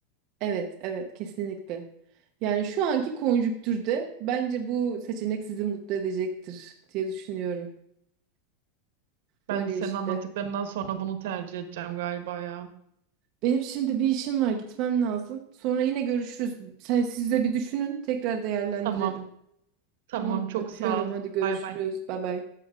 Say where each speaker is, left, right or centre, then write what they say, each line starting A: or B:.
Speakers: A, on the right; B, on the right.
A: Evet, evet kesinlikle. Yani şu anki konjüktürde bence bu seçenek sizi mutlu edecektir diye düşünüyorum.
B: Ben
A: Böyle
B: de senin
A: işte.
B: anlattıklarından sonra bunu tercih edeceğim galiba ya.
A: Benim şimdi bir işim var, gitmem lazım. Sonra yine görüşürüz. Sen siz de bir düşünün, tekrar değerlendirelim.
B: Tamam, tamam
A: Tamam,
B: çok
A: öpüyorum.
B: sağ ol.
A: Hadi görüşürüz.
B: Bay bay.
A: Bay bay.